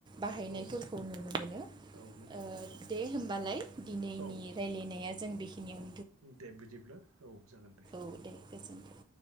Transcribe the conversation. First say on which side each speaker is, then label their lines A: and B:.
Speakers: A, on the right (about 20°); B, on the right (about 75°).
A: बाहायनायफोरखौ
B: औ
A: नुनो मोनो।
B: औ नंगौ।
A: ओ दे होमबालाय दिनैनि
B: औ
A: रायलायनाया जों बेखिनियाव
B: दे बिदिब्ला औ जागोन दे।
A: औ दे गोजोनथों।